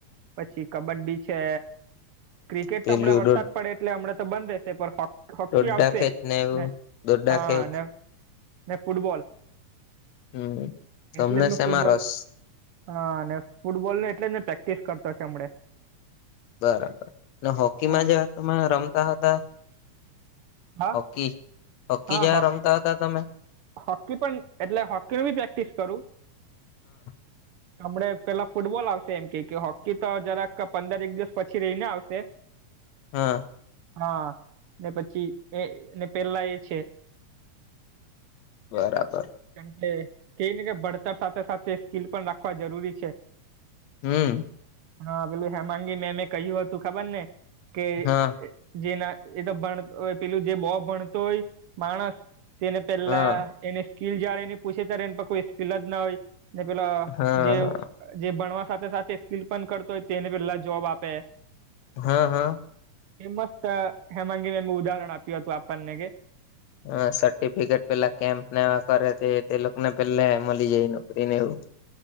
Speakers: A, on the right; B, on the left.
A: પછી કબડ્ડી છે ક્રિકેટ
B: પેલું
A: તો હમણાં વરસાદ પડે એટલે હમણા તો બંધ રહેશે પણ હો હોકી
B: દોડા
A: આવશે
B: ખેંચ એવું
A: ને
B: દોડા
A: હા
B: ખેંચ
A: ને ને ફૂટબોલ.
B: હમ તમને
A: એટલે જ મેં
B: શેમાં
A: ફૂટબોલ
B: રસ?
A: હા અને ફૂટબોલ નને એટલે જ ને પ્રેક્ટિસ કરતો છે હમણે.
B: બરાબર હોકીમાં
A: હા
B: જે તમે રમતા હતા?
A: હા
B: હોકી હોકી
A: હા
B: જ્યાં
A: હો
B: રમતા હતા તમે?
A: હોકી પણ એટલે હોકી ની બી પ્રેક્ટિસ કરું.
B: <inaudible>
A: હમણે પેલા ફૂટબોલ આવશે એમ કે કે હોકી તો જરાક પંદર એક દિવસ પછી રહીને આવશે.
B: હા.
A: હા ને પછી એ ને પેલા એ છે.
B: બરાબર.
A: કારકે એ ને કે ભણતા સાથે સાથે સ્કીલ પણ રાખવા જરૂરી છે.
B: હમ.
A: હા પેલું હેમાંગી મેમે કહ્યું હતું ખબર ને કે
B: હા
A: જેના એ તો ભણ પેલું જે બો ભણતો હોય માણસ તેને પેલા
B: હા
A: એની સ્કીિલ જય્યારે એની પૂછે ત્યારે એ પર કોઈ સ્કીિલ જ ના હોય ને પેલા
B: હા
A: જે જે ભણવા સાથે સાથે સ્કીલ પણ કરતો હોય તો તેને પેલા જોબ આપે.
B: હા, હા.
A: એ મસ્ત હેમનજીને એ ઉદાહરણ આપ્યું હતું આપણને કે
B: હ સર્ટિફિકેટ પેલા કેમ્પ. એવા કરે તે તે લોકોને પેલા મળી જાય નોકરીને એવું.